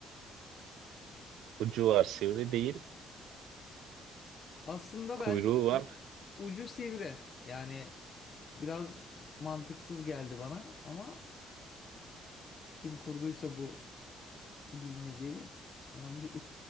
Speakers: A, on the right; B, on the left.
A: Ucu var, sivri değil,
B: Aslında
A: kuyruğu
B: bence
A: var.
B: ucu sivri. Yani biraz mantıksız geldi bana ama kim kurduysa bu bilmeceyi ona bir